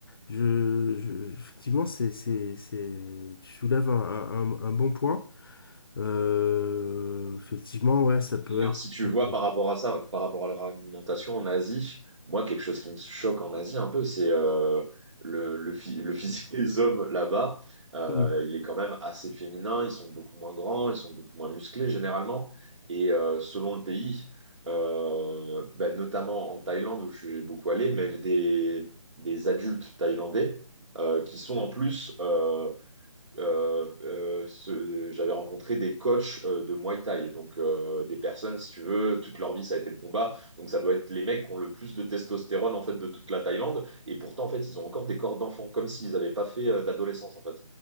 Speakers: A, on the left (about 40°); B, on the right (about 65°).
A: je, je- effectivement, c'est c'est c'est tu soulèves un, un, un- un bon point. Euh, effectivement, ouais, ça peut
B: D'ailleurs, si tu
A: être.
B: vois par rapport à ça, par rapport à leur alimentation en Asie, moi, quelque chose qui me choque en Asie un peu, c'est euh, le, le, phy- le physique <laughs> des hommes là-bas. Euh,
A: euh,
B: il est quand même assez féminin, ils sont beaucoup moins grands, ils sont beaucoup moins musclés généralement. Et euh, selon le pays, euh, bah, notamment en Thaïlande où je suis beaucoup allé, mais des, des adultes thaïlandais euh, qui sont en plus... euh, euh, euh, ce- j'avais rencontré des coachs euh, de Muay Thai, donc euh, des personnes, si tu veux, toute leur vie ça a été le combat, donc ça doit être les mecs qui ont le plus de testostérone en fait de toute la Thaïlande, et pourtant en fait ils ont encore des corps d'enfants, comme s'ils n'avaient pas fait euh, d'adolescence en fait.